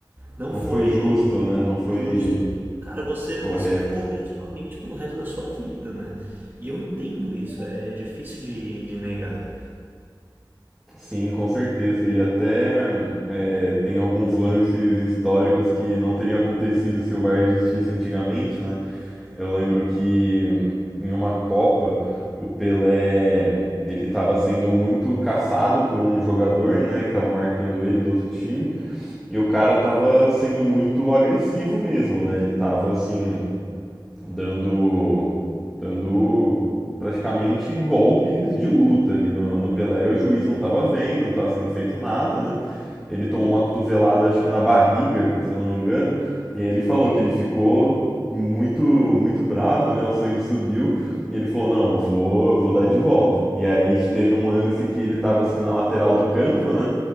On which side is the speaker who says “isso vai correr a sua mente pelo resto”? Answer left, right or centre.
Right